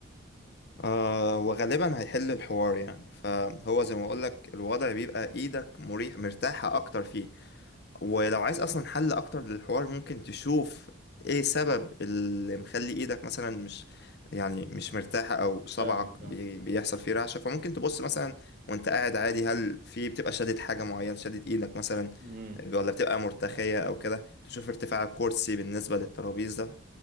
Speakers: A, on the left; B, on the right.
A: آه وغالبا هيحل الحوار يعني فهو زي ما أقولك الوضع بيبقى إيدك مريح مرتاحة أكتر فيه ولو عايز اصلا حل اكتر للحوار ممكن تشوف ايه سبب اللي مخلي ايدك مثلا مش يعني مش مرتاحة او صبعك
B: فاهم فاهم
A: بي- بيحصل فيه رعشة فممكن تبص مثلا وانت قاعد عادي هل في بتبقى شادد حاجة معينة شادد ايدك مثلا
B: امم
A: ولا بتبقى مرتخية او كده تشوف ارتفاع الكرسي بالنسبة للترابيزة